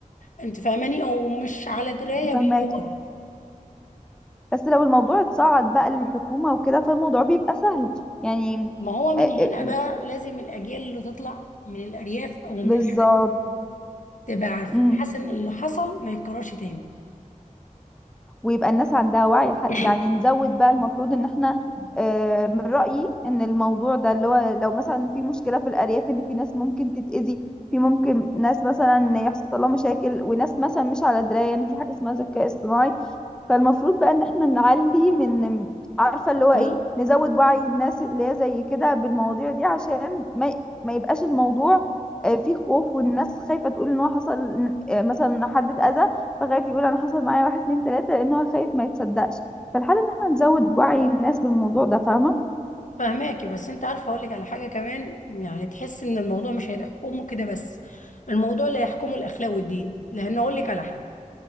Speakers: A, on the left; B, in the centre.
A: أنت فاهماني أو مش على دراية
B: فهماكي
A: بالاي اي
B: بس لو الموضوع اتصعد بقى للحكومة وكده فالموضوع بيبقى سهل يعني
A: ما هو من
B: آه، آه،
A: هنا بقى لازم الأجيال اللي تطلع من الأرياف أو من
B: بالظبط
A: الحاجات دي تبقى عارفة
B: مم.
A: بحيث إن اللي حصل ما يتكررش تاني
B: ويبقى الناس عندها وعي ح-
A: <coughs>
B: يعني نزود بقى المفروض ان احنا آه، من رأيي ان الموضوع ده اللي هو لو مثلا في مشكلة في الأرياف ان في ناس ممكن تتأذي في ممكن ناس مثلا يحصل لها مشاكل وناس مثلا مش على دراية ان في حاجة اسمها ذكاء اصطناعي فالمفروض بقى ان احنا نعلي من عارفه اللي
A: بقول-
B: هو ايه نزود وعي الناس اللي هي زي كده بالمواضيع دي عشان ما ما يبقاش الموضوع آه، فيه خوف والناس خايفه تقول ان هو حصل آه، مثلا إن حد اتاذى فخايف يقول انا حصل معايا واحد اتنين تلاته لان هو خايف ما يتصدقش فالحل ان احنا نزود وعي الناس بالموضوع ده فاهمه
A: فهماكي بس انت عارفه اقول لك على حاجه كمان يعني تحس ان الموضوع مش هيحكمه كده بس الموضوع اللي هيحكمه الاخلاق والدين لان اقول لك على حاجه